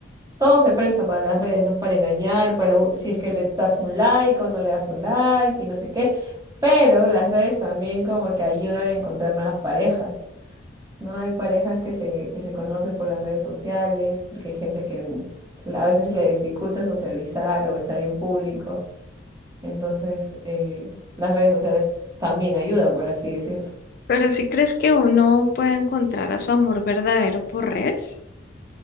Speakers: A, on the right (about 20°); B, on the left (about 50°).
A: todo se presta para las redes, ¿no? Para engañar, para u- si es que le das un like o no le das un like y no sé qué. Pero las redes también como que ayudan a encontrar nuevas parejas, ¿no? Hay parejas que se, que se conocen por las redes sociales, porque hay gente que en- a veces le dificulta socializar o estar en público. Entonces, eh, las redes sociales también ayudan, por así decirlo.
B: Pero si crees que uno puede encontrar a su amor verdadero por redes?